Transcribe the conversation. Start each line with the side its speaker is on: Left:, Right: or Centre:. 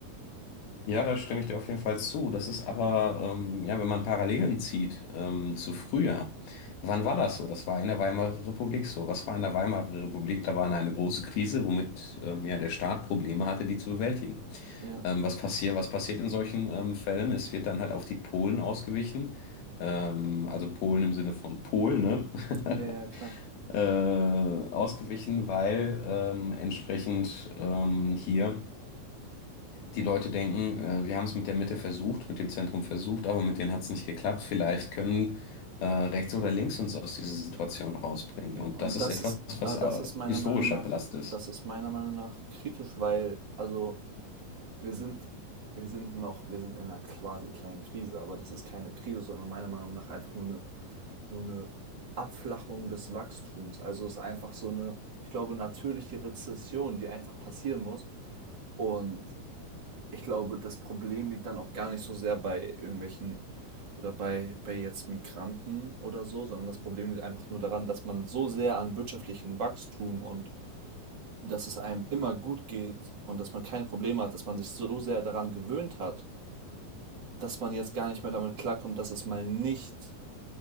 Left: Ja, da stimme ich dir auf jeden Fall zu. Das ist aber, ähm, ja, wenn man Parallelen zieht ähm, zu früher, wann war das so? Das war in der Weimarer Republik so. Was war in der Weimarer Republik? Da war eine große Krise, womit ähm, ja, der Staat Probleme hatte, die zu bewältigen.
Right: Ja,
Left: Ähm, was passiert, was passiert in solchen ähm, Fällen? Es wird dann halt auf die Polen ausgewichen. Ähm, also Polen im Sinne von Polen, ne?
Right: ja, ja, klar.
Left: <laughs> äh, ausgewichen, weil ähm, entsprechend ähm, hier die Leute denken, äh, wir haben es mit der Mitte versucht, mit dem Zentrum versucht, aber mit denen hat es nicht geklappt. Vielleicht können äh, rechts oder links uns aus dieser Situation rausbringen.
Right: Ja,
Left: Und
Right: und
Left: das ist
Right: das
Left: etwas,
Right: ist,
Left: was
Right: aber
Left: äh,
Right: das ist meiner
Left: historisch
Right: Meinung nach,
Left: halt belastet ist.
Right: das ist meiner Meinung nach kritisch, weil, also wir sind, wir sind noch, wir sind in einer quasi kleinen Krise, aber das ist keine Krise, sondern meiner Meinung nach einfach nur eine, nur eine Abflachung des Wachstums. Also es ist einfach so eine, ich glaube, natürliche Rezession, die einfach passieren muss. Und ich glaube, das Problem liegt dann auch gar nicht so sehr bei irgendwelchen oder bei, bei jetzt Migranten oder so, sondern das Problem liegt einfach nur daran, dass man so sehr an wirtschaftlichen Wachstum und dass es einem immer gut geht und dass man keine Probleme hat, dass man sich so sehr daran gewöhnt hat, dass man jetzt gar nicht mehr damit klarkommt, dass es mal nicht